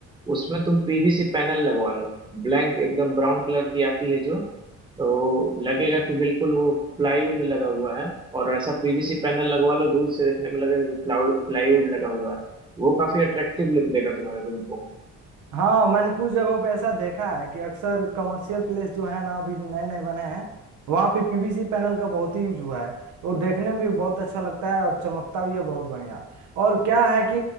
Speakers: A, on the right; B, on the right.
A: उसमें तुम पीवीसी पैनल लगवा लो ब्लैंक एकदम ब्राउन कलर की आती है जो तो लगेगा कि बिल्कुल वो प्लाईवुड लगा हुआ है और ऐसा पीवीसी पैनल लगवा लो दूर से देखने में लगेगा कि प्लाईवुड लगा हुआ है वो काफी अट्रैक्टिव लुक देगा तुम्हारे रूम को
B: हाँ मैंने कुछ जगहों पे ऐसा देखा है कि अक्सर कमर्शियल प्लेस जो है ना अभी जो नए नए बने हैं वहाँ पे पीवीसी पैनल का बहुत ही यूज हुआ है तो देखने में भी बहुत अच्छा लगता है और चमकता भी है बहुत बढ़िया और क्या है कि